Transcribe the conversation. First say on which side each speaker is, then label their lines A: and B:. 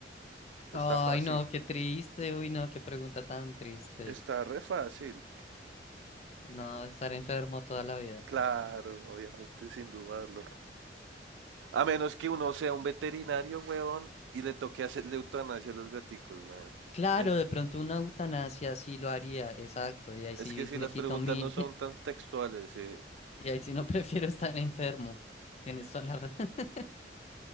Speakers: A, on the right; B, on the left.
A: Está
B: Ay,
A: fácil.
B: no, qué triste, uy, no, qué pregunta tan triste.
A: Está re fácil.
B: No, estar enfermo toda la vida.
A: Claro, obviamente, sin dudarlo. A menos que uno sea un veterinario, weón, y le toque hacerle eutanasia a los gaticos, weón.
B: Claro,
A: Es,
B: de pronto una eutanasia sí lo haría, exacto, y ahí
A: es
B: sí
A: que si
B: me
A: las
B: quito
A: preguntas
B: mi,
A: no son
B: <laughs>
A: tan textuales, eh,
B: Y ahí si no <laughs> prefiero estar enfermo. Tienes toda la... ra- <laughs>